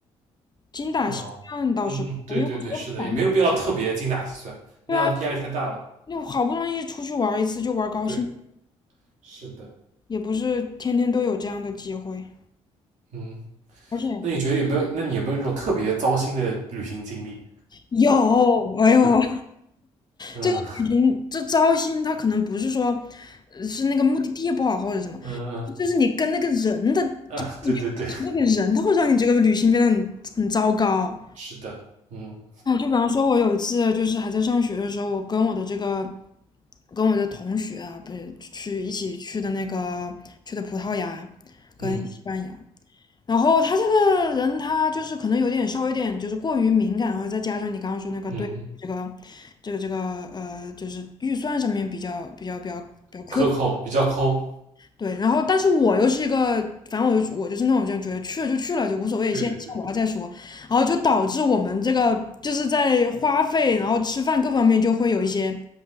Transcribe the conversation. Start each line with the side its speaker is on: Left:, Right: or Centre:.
Left: 精打细算倒是不会，
Right: 嗯，哦，嗯嗯，对对对，
Left: 因为我觉得烦就
Right: 是的，也没有必要特别精打细算，那样压力太大了。
Left: 对啊，你好不容易出去玩一次就玩高兴，
Right: 对，是的，
Left: 也不是天天都有这样的机会。
Right: 嗯。
Left: 而且
Right: 那你觉得有没有？那你有没有那种特别糟心的旅行经历？
Left: 有，哎呦，
Right: 嗯
Left: 这个旅行这糟心，它可能不是说呃是那个目的地不好或者什么，
Right: 嗯
Left: 就是你跟那个人的，
Right: 嗯啊，
Left: 就你
Right: 对对对，
Left: 那个人，他会让你这个旅行变得很很糟糕。
Right: 是的，嗯
Left: 哎，就比方说，我有一次就是还在上学的时候，我跟我的这个跟我的同学啊，不是去一起去的那个去的葡萄牙跟西班牙。
Right: 嗯
Left: 然后他这个人，他就是可能有点稍微有点就是过于敏感，然后再加上你刚刚说那个对这个这个这个呃，
Right: 嗯嗯，
Left: 就是预算上面比较比较比较比较苛。
Right: 克扣比较抠，
Left: 对，然后但是我又是一个，反正我就我就是那种就觉得去了就去了，就无所谓，
Right: 对对对，
Left: 先先玩了再说，然后就导致我们这个就是在花费，然后吃饭各方面就会有一些